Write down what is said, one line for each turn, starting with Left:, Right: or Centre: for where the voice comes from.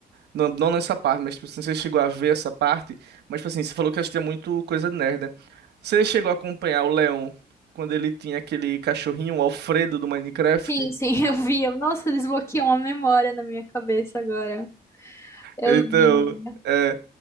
Right: não, não nessa parte, mas tipo, se você chegou a ver essa parte, mas tipo assim, você falou que assistia muito coisa nerd, né? Você chegou a acompanhar o Leon quando ele tinha aquele cachorrinho, o Alfredo do Minecraft?
Left: Sim, sim, <laughs> eu vi Nossa, desbloqueou uma memória na minha cabeça agora. Eu
Right: Então,
Left: via.
Right: é.